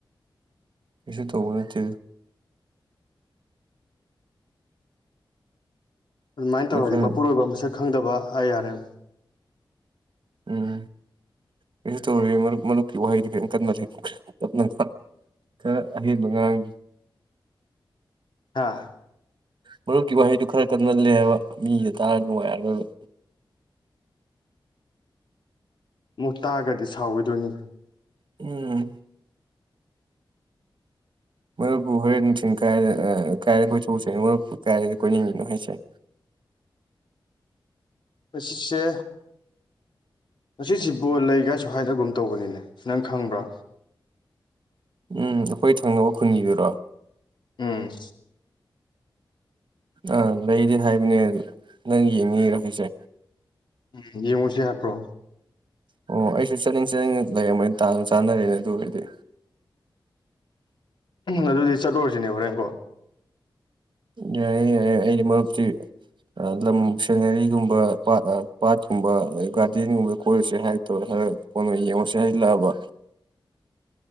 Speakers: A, on the right; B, on the left.
A: ꯀꯩꯁꯨ ꯇꯧꯕ ꯅꯠꯇꯦ
B: ꯑꯗꯨꯃꯥꯏꯅ
A: ꯈꯔ
B: ꯇꯧꯔꯗꯤ
A: ꯈꯔ
B: ꯃꯄꯨꯔꯣꯏꯕ ꯃꯁꯛ ꯈꯪꯗꯕ ꯑꯥꯏ ꯑꯥꯔ ꯑꯦꯝ
A: ꯎꯝ ꯀꯩꯁꯨ ꯇꯧꯔꯣꯏꯌꯦ ꯃꯔꯨꯞ ꯃꯔꯨꯞꯀꯤ ꯋꯥꯍꯩꯗꯨ ꯈꯤꯠꯇ꯭ꯪ ꯀꯟꯃꯜꯂꯦ ꯇꯞꯅ ꯉꯥꯡꯉꯣ ꯈꯔꯥ ꯑꯍꯦꯟꯕ ꯉꯥꯡ
B: ꯍꯥ
A: ꯃꯔꯨꯞꯀꯤ ꯋꯥꯍꯩꯗꯨ ꯈꯔ ꯀꯟꯃꯜꯂꯦ ꯍꯥꯏꯕ ꯃꯤꯗ ꯇꯥꯔ ꯅꯨꯡꯉꯥꯏꯔꯔꯣꯏꯕ
B: ꯃꯨꯛ ꯇꯥꯒꯗꯤ ꯁꯥꯎꯈꯤꯗꯣꯏꯅꯤ
A: ꯎꯝ ꯃꯔꯨꯞꯄꯨ ꯍꯣꯔꯦꯟ ꯅꯨꯡꯊꯤꯟ ꯀꯥꯏꯔ ꯀꯥꯏꯔꯒ ꯀꯣꯏꯊꯣꯛꯎꯁꯦ ꯍꯥꯏ ꯃꯔꯨꯞꯄꯨ ꯀꯥꯏꯗ ꯀꯣꯏꯅꯤꯡꯉꯤꯅꯣ ꯍꯥꯏꯁꯦ
B: ꯉꯁꯤꯁꯦ ꯉꯁꯤꯁꯦ ꯕꯣꯜ ꯂꯩꯒꯁꯨ ꯍꯥꯏꯅꯒꯨꯝ ꯇꯧꯕꯅꯤꯅꯦ ꯅꯪ ꯈꯪꯕ꯭ꯔꯥ
A: ꯎꯝ ꯑꯩꯈꯣꯏ ꯊꯪꯅꯕ ꯈꯨꯟꯒꯤꯗꯨꯔꯣ
B: ꯎꯝ
A: ꯑꯥ ꯂꯩꯗꯤ ꯍꯥꯏꯕꯅꯦ ꯅꯪ ꯌꯦꯡꯅꯤꯡꯉꯤꯔꯣ ꯍꯥꯏꯁꯦ
B: ꯎꯝ ꯌꯦꯡꯉꯨꯁꯤ ꯍꯥꯏꯄ꯭ꯔꯣ
A: ꯑꯣ ꯑꯩꯁꯨ ꯆꯠꯅꯤꯡ ꯆꯠꯅꯤꯡ ꯂꯩꯔꯝꯕꯅꯦ ꯇꯥꯟ ꯆꯥꯅꯔꯦꯗ ꯑꯗꯨ ꯑꯣꯏꯔꯗꯤ
B: ꯑꯗꯨꯗꯤ ꯆꯠꯂꯨꯔꯁꯤꯅꯦ ꯍꯣꯔꯦꯟꯀꯣ
A: ꯌꯥꯌꯦ ꯌꯥꯌꯦ ꯑꯩꯒꯤ ꯃꯔꯨꯞꯇꯤ ꯂꯝ ꯁꯦꯅꯔꯤꯒꯨꯝꯕ ꯄꯥꯠ ꯑ ꯄꯥꯠꯀꯨꯝꯕ ꯒꯥꯔꯗꯦꯟꯒꯨꯝꯕ ꯀꯣꯏꯔꯨꯁꯦ ꯍꯥꯔꯛꯇꯣꯏꯔ ꯍꯥꯏꯔꯛꯄꯅꯣ ꯌꯦꯡꯉꯨꯁꯦ ꯍꯥꯏꯁꯤꯜꯂꯕ